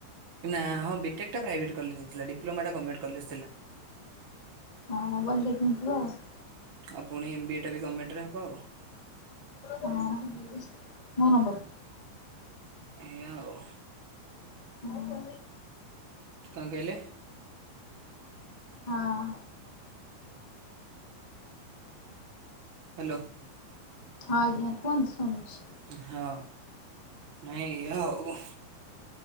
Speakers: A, on the right (about 40°); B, on the left (about 25°).
A: ନା ହଁ ବି ଟେକ୍ ଟା ପ୍ରାଇଭେଟ୍ କଲେଜ ଥିଲା ଡିପ୍ଲୋମା ଟା ଗରମେଣ୍ଟ କଲେଜ ଥିଲା।
B: ହଁ <unintelligible>
A: ଆଉ ପୁଣି ଏମ୍ ବି ଏ ଟା ବି ଗଭର୍ଣମେଣ୍ଟରେ ହବ ଆଉ।
B: ହଁ ମୋ ନମ୍ବର
A: ଏଇଆ ଆଉ।
B: ହୁଁ।
A: କଣ କହିଲେ?
B: ହଁ।
A: ହ୍ୟାଲୋ।
B: ହଁ ଆଜ୍ଞା କୁହନ୍ତୁ ଶଣୁଛି।
A: ହଁ ନାଇଁ ହଉ।